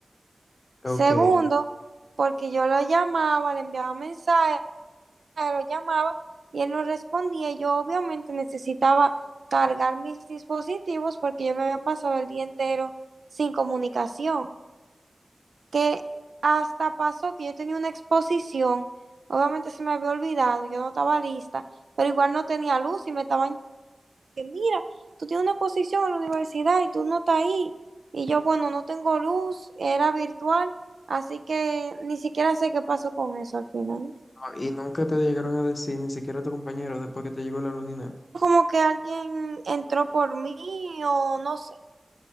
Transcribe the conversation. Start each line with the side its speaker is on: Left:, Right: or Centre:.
Left: Ok.
Right: Segundo, porque yo lo llamaba, le enviaba mensajes lo llamaba y él no respondía. Yo obviamente necesitaba cargar mis dispositivos porque yo me había pasado el día entero sin comunicación, que hasta pasó que yo tenía una exposición, obviamente se me había olvidado, yo no estaba lista, pero igual no tenía luz y me estaban que mira, tú tienes una exposición en la universidad y tú no estás ahí. Y yo, bueno, no tengo luz, era virtual, así que ni siquiera sé qué pasó con eso al final.
Left: Ah, Y nunca te llegaron a decir, ni siquiera tu compañero, después que te llegó la lunina.
Right: como que alguien entró por mí o no sé,